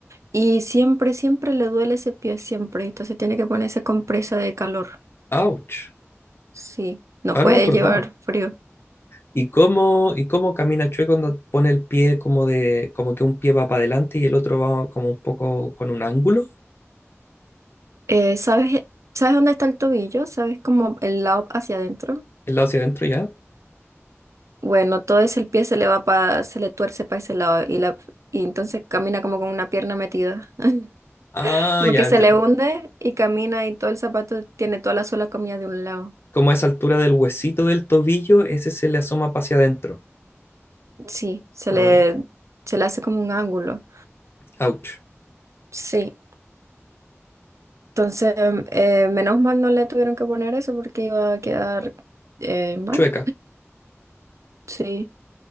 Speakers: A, on the right; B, on the left.
A: Y siempre, siempre le duele ese pie, siempre. Entonces tiene que ponerse compresa de calor.
B: ouch.
A: Sí, no
B: Ahora
A: puede
B: me acordaba.
A: llevar frío.
B: ¿Y cómo, y cómo camina Chue cuando pone el pie como de, como que un pie va para adelante y el otro va como un poco con un ángulo,
A: Eh, ¿sabes, sabes dónde está el tobillo? ¿Sabes como el lado hacia adentro?
B: el lado hacia adentro ya?
A: Bueno, todo ese el pie se le va para, se le tuerce para ese lado y la y entonces camina como con una pierna metida. <laughs>
B: Ah,
A: Como
B: ya
A: que se
B: entiendo.
A: le hunde y camina y todo el zapato tiene toda la sola comida de un lado.
B: Como a esa altura del huesito del tobillo, ese se le asoma para hacia adentro.
A: Sí, se
B: Ah,
A: le,
B: ya.
A: se le hace como un ángulo.
B: Ouch.
A: Sí. Entonces, em, eh, menos mal no le tuvieron que poner eso porque iba a quedar eh, mal.
B: Chueca.
A: Sí.